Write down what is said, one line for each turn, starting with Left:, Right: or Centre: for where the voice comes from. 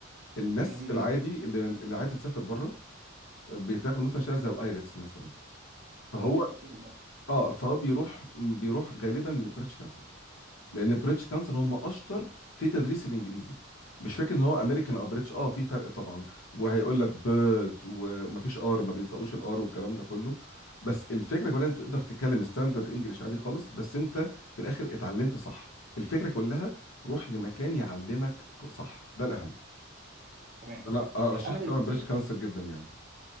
Left: الناس
Right: جميل
Left: في العادي
Right: جدا
Left: اللي اللي عايزه تسافر بره بتاخد مثلا شهاده زي الايلتس مثلا فهو
Right: او التوفل اه
Left: اه فهو بيروح بيروح غالبا لبريتش لان بريتش كانسل هم اشطر في تدريس الانجليزي مش فاكر ان هو امريكان او بريتش اه في فرق طبعا وهيقول لك بيرد ومفيش ار ما بينطقوش الار والكلام ده كله بس الفكره كلها انت تقدر تتكلم ستاندرد انجلش عادي خالص بس انت في الاخر اتعلمت صح الفكره كلها روح لمكان يعلمك صح ده الاهم
Right: تمام
Left: انا ارشحك
Right: إيه، انا دلوقتي
Left: طبعا بريتش كانسل جدا يعني